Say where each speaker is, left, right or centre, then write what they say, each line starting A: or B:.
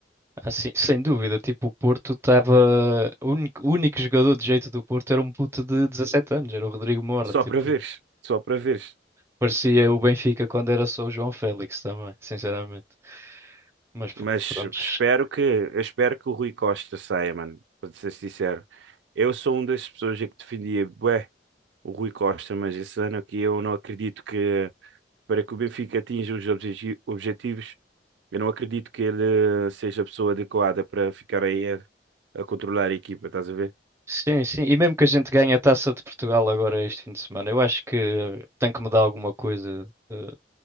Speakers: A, on the right; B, on the right.
A: Ah, sim, sem dúvida. Tipo, o Porto estava. O único, o único jogador de jeito do Porto era um puto de 17 anos, era o Rodrigo Mora.
B: Só
A: Tipo,
B: para veres, só para veres.
A: parecia o Benfica quando era só o João Félix também, sinceramente. Mas
B: Mas
A: pronto.
B: espero que, eu espero que o Rui Costa saia, mano, para ser sincero. Eu sou uma das pessoas que defendia, bué, o Rui Costa, mas esse ano aqui eu não acredito que para que o Benfica atinja os obje- objetivos, eu não acredito que ele seja a pessoa adequada para ficar aí a, a controlar a equipa, estás a ver?
A: Sim, sim. E mesmo que a gente ganhe a Taça de Portugal agora este fim de semana, eu acho que eh, tem que mudar alguma coisa. Eh,